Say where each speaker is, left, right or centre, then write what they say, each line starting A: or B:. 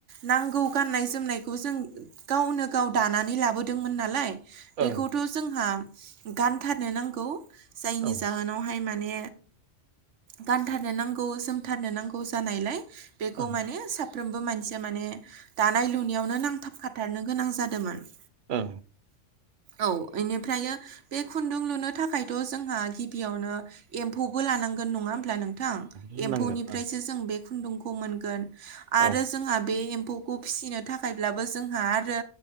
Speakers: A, on the right; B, on the right.
A: नांगौ गाननाय जोमनायखौ जों गावनो गाव दानानै लाबोदोंमोन नालाय। बेखौथ'
B: ओं
A: जोंहा गानथारनो नांगौ जायनि
B: औ ओं
A: जाहोनावहाय माने गानथारनो नांगौ जोमथारनो नांगौ जानायलाय बेखौ
B: ओं
A: माने सा फ्रोमबो मानसिया माने दानाय लुनायावनो नांथाब खाथारनो गोनां जादोंमोन।
B: औ
A: औ इनिफ्रायो बे खुन्दुं लुनो थाखायथ' जोंहा गिबियावनो एम्फौ बो लानांगोन नङा होमब्ला नोंथां
B: होननांगोन
A: एम्फौनिफ्रायसो
B: ओं
A: जों बे खुन्दुंखौ मोनगोन आरो
B: औ
A: जोंहा बे ए म्फौखौ फिसिनो थाखायब्लाबो जोंहा आरो